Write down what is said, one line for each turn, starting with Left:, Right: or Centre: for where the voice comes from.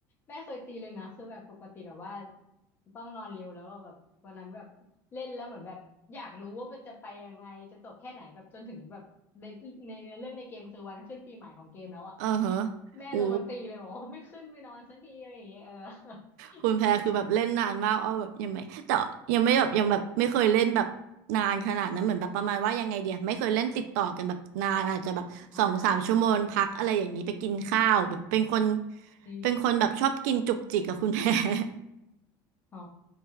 Left: แม่เคยตีเลยนะคือแบบปกติแบบว่าต้องนอนเร็วแล้วอะแบบวันนั้นแบบเล่นแล้วเหมือนแบบอยากรู้ว่ามันจะไปยังไงจะจบแค่ไหนแบบจนถึงแบบในในเนื้อเรื่องในเกมคือวันขึ้นปีใหม่ของเกมแล้วอะ
Right: <laughs> เออฮะ
Left: แม่ลงมาตีเลยบอกว่าไม่ขึ้นไปนอนสักทีอะไรอย่างเงี้ยเออ
Right: โอ้ คุณแพรคือแบบเล่นนานมากอ้อแบบยังไม่แต่ยังไม่แบบยังแบบไม่เคยเล่นแบบนานขนาดนั้นเหมือนแบบประมาณว่ายังไงเดียไม่เคยเล่นติดต่อกันแบบนานอาจจะแบบสองสามชั่วโมงพักอะไรอย่างนี้ไปกินข้าวแบบเป็นคน
Left: เอออ่าอืม
Right: เป็นคนแบบชอบกินจุกจิกกับคุณแพร <laughs>
Left: อ๋อ